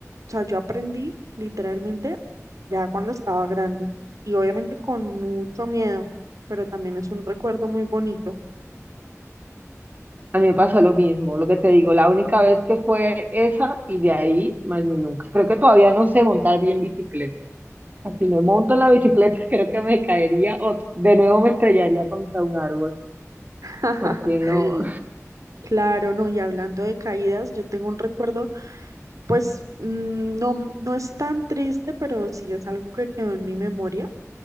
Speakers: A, on the right (about 85°); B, on the right (about 30°).
A: O sea, yo aprendí literalmente ya cuando estaba grande y obviamente con mucho miedo, pero también es un recuerdo muy bonito.
B: a mí me pasó lo mismo, lo que te digo, la única vez que fue esa y de ahí más ni nunca. Creo que todavía no sé montar bien bicicleta. Si me monto en la bicicleta, <laughs> creo que me caería o de nuevo me estrellaría contra un árbol,
A: <laughs>
B: porque no,
A: Claro, no, y hablando de caídas, yo tengo un recuerdo, pues mm, no, no es tan triste, pero sí es algo que quedó en mi memoria,